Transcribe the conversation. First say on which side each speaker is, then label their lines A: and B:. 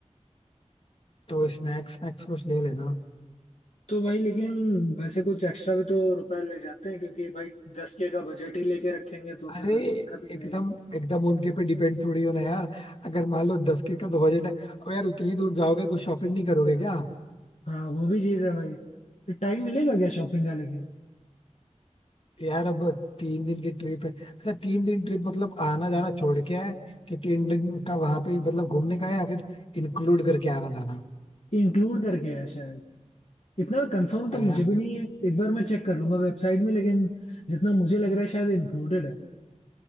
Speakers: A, on the left; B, on the left.
A: तो स्नैक्स स्नैक्स कुछ ले लेना
B: तो भाई लेकिन वैसे कुछ एक्स्ट्रा भी तो रुपए ले जाते हैं क्योंकि भाई दस के का बजट ही लेके रखेंगे तो
A: अरे
B: फिर दिक्कत हो
A: एकदम
B: जाएगी
A: एकदम उनके पे डिपेंड थोड़ी होना है यार अगर मान लो दस के का तो बजट है अब यार उतनी दूर जाओगे कुछ शॉपिंग नहीं करोगे क्या
B: हाँ वो भी चीज है भाई तो टाइम मिलेगा क्या शॉपिंग का लेकिन
A: यार अब तीन दिन की ट्रिप है अच्छा तीन दिन ट्रिप मतलब आना जाना छोड़ के है कि तीन दिन का वहां पे ही मतलब घूमने का है या फिर इंक्लूड करके आना जाना
B: इंक्लूड करके है शायद इतना कंफर्म तो
A: अरे
B: मुझे
A: यार
B: भी
A: फिर
B: नहीं है एक बार मैं चेक कर लूंगा वेबसाइट में लेकिन जितना मुझे लग रहा है शायद इंक्लूडेड है